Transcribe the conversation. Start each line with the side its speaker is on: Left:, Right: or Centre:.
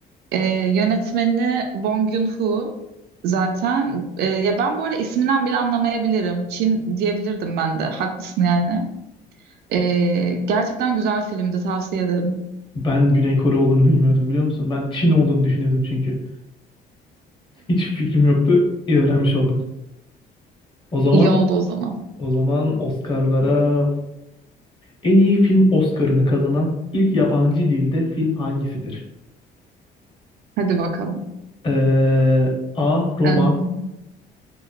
Right: Ee, yönetmeni Bong Joon-ho zaten. Ee, ya ben bu arada isminden bile anlamayabilirim. Çin diyebilirdim ben de. Haklısın yani. Ee, gerçekten güzel filmdi tavsiye ederim.
Left: Ben Güney Kore olduğunu bilmiyordum biliyor musun? Ben Çin olduğunu düşünüyordum çünkü. Hiç fikrim yoktu. İyi öğrenmiş oldum. O zaman,
Right: İyi oldu o zaman.
Left: o zaman Oscar'lara en iyi film Oscar'ını kazanan ilk yabancı dilde film hangisidir?
Right: Hadi bakalım.
Left: Ee, A. Roma
Right: Em,